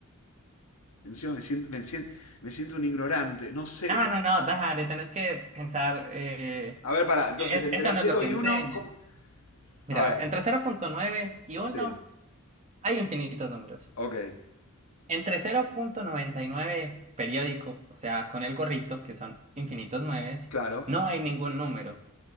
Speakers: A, on the left; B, on the right.
A: encima me siento, me siento, me siento un ignorante, no sé.
B: No, no, no, dale, tenés que pensar, eh,
A: A ver, pará, entonces
B: e-
A: entre
B: esto no
A: cero
B: es lo que
A: y
B: enseñan.
A: uno ¿cómo?
B: Mira,
A: A ver,
B: entre cero punto nueve y uno
A: sí,
B: hay infinitos números.
A: ok,
B: Entre cero punto noventa y nueve periódico, o sea, con el gorrito, que son infinitos nueves,
A: claro.
B: no hay ningún número.